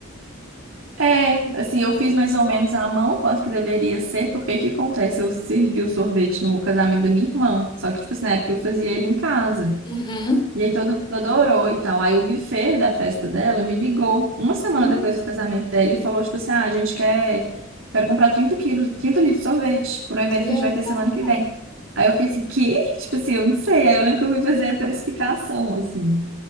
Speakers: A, on the right; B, on the left.
A: É, assim, eu fiz mais ou menos à mão quanto que deveria ser, porque o que acontece? Eu servi o sorvete no casamento da minha irmã, só que, tipo assim, na época eu fazia ele em casa.
B: Uhum.
A: E aí todo mundo adorou e tal. Aí o buffet da festa dela me ligou uma semana
B: Hum,
A: depois do casamento dela e falou, tipo assim, ah, a gente quer, quero comprar 30 quilos, 30 litros de sorvete para um evento
B: que legal.
A: que a gente vai ter semana que vem. Aí eu fiquei assim, quê? <laughs> Tipo assim, eu não sei. Aí eu lembro que eu fui fazer a precificação, assim.